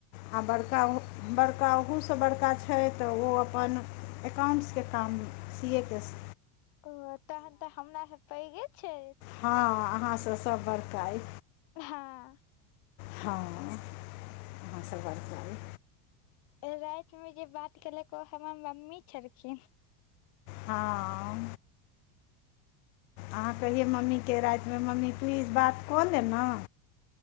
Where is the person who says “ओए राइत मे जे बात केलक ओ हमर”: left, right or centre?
Left